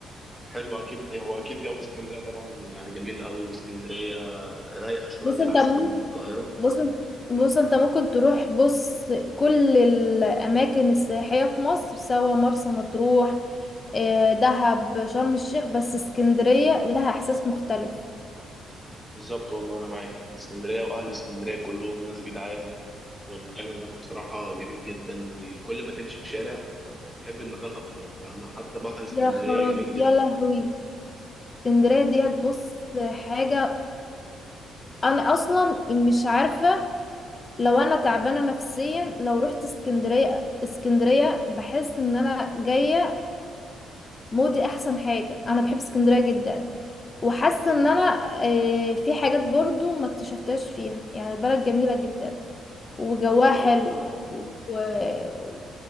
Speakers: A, in the centre; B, on the left (about 30°).
A: حلو اكيد هو اكيد جو اسكندريه طبعا جميل قوي واسكندريه رايقه شويه
B: بص انت
A: احسن
B: ممكن
A: من القاهره
B: بص انت بص انت ممكن تروح بص كل الاماكن السياحية في مصر سواء مرسى مطروح آه، دهب شرم الشيخ بس اسكندرية لها احساس مختلف
A: بالظبط والله انا معاك اسكندريه واهل اسكندريه كلهم ناس جدعان والمكان هناك بصراحه جميل جدا وكل ما تمشي في شارع تحب المكان اكتر فاهمة؟ حتى بحر اسكندريه
B: يا خرابي
A: جميل جدا
B: يا لهوي اسكندرية ديت
A: اه
B: بص حاجة انا اصلا مش عارفة لو انا تعبانه نفسيا لو رحت اسكندريه اسكندريه بحس ان انا جايه مودي احسن حاجه انا بحب اسكندريه جدا وحاسه ان انا آه، في حاجات برضو ما اكتشفتهاش فيها يعني البلد جميله جدا وجواها
A: بالظبط
B: حلو
A: اه
B: و-